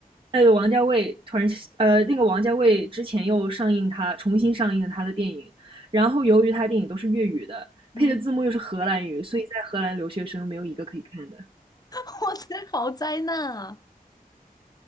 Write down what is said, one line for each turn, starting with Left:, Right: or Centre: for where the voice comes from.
Right: 哎，有王家卫突然呃，那个王家卫之前又上映他重新上映了他的电影，然后由于他的电影都是粤语的，
Left: 嗯，
Right: 配的字幕又是荷兰语，所以在荷兰留学生没有一个可以看的，
Left: <laughs> 哇塞，好灾难啊！